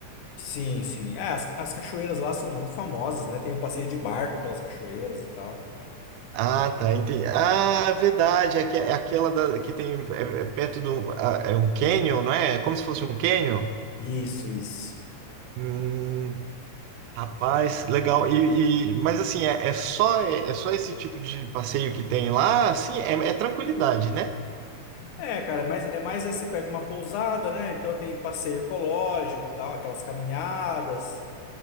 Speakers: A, on the left (about 80°); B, on the right (about 90°).
A: sim, sim. É, as, as cachoeiras lá são muito famosas, né? Tem o passeio de barco pelas cachoeiras e tal.
B: Ah, tá, entendi. Ah, é verdade, é, que, é aquela da, que tem é, é perto do ah, é um canyon, não é? É como se fosse um canyon.
A: Isso, isso.
B: Hum, rapaz, legal. E, e- mas assim, é, é só é, é só esse tipo de passeio que tem lá, assim, é, é tranquilidade, né?
A: É, cara, mas é mais é você pega uma pousada, né? Então tem passeio ecológico, e tal, aquelas caminhadas,